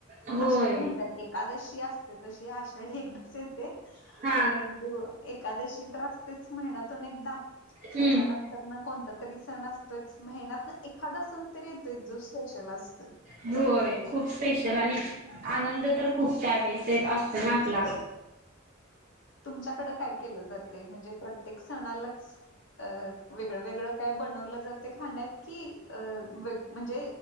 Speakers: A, on the right; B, on the left.
A: होय.
B: आषाढी म्हणतात एकादशी असते तशी आषाढी एकदाच येते
A: हा.
B: परंतु एकादशी तर असतेच महिन्यातून एकदा
A: हम्म.
B: त्याच्यानंतर ना कोणता तरी सण असतोयच महीन्यात एखादा सण तरी येतोय जो स्पेशल असतोय
A: होय खूप स्पेशल
B: हा
A: आणि आनंद तर खूप त्या वेळेस येत असत ना आपला
B: तुमच्याकड काय केलं जातंय म्हणजे प्रत्येक सणालाच अ वेगळं वेगळं काय बनवलं जाते खाण्यात की म्हणजे